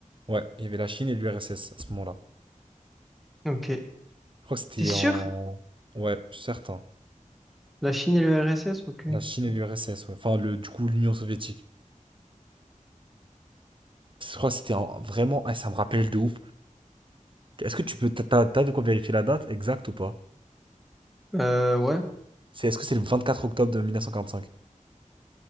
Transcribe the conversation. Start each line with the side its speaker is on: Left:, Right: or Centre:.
Right: Ouais, il y avait la Chine et l'URSS à ce moment-là.
Centre: Ok.
Right: Je crois que c'était
Centre: T'es sûr?
Right: en... Ouais, je suis certain.
Centre: La Chine et le RSS, ok.
Right: La Chine et l'URSS, ouais. Enfin, le, du coup, l'Union soviétique. Je crois que c'était en- vraiment... Ah, ça me rappelle de ouf. Est-ce que tu peux... T'as, t'as- t'as de quoi vérifier la date exacte ou pas?
Centre: Euh, ouais.
Right: C'est, est-ce que c'est le 24 octobre de 1945?